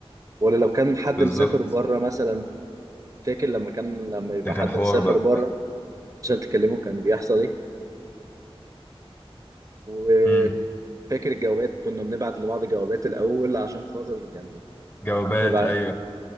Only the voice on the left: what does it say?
بالظبط
ده كان
حوار
بقى
مم.
جوابات
أيوه